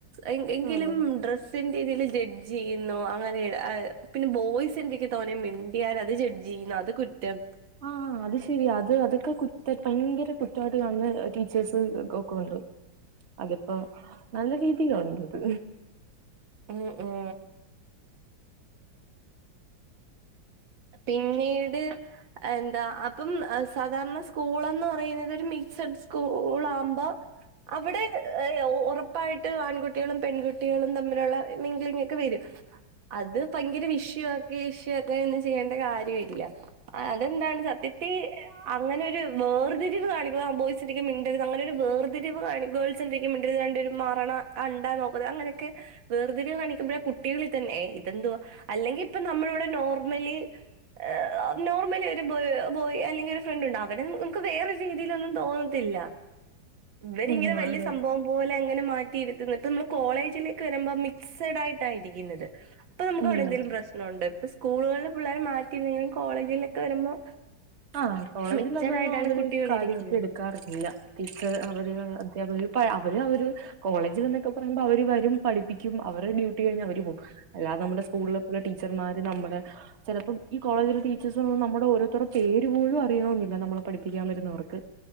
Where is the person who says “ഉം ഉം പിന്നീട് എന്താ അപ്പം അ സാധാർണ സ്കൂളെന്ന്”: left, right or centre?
Right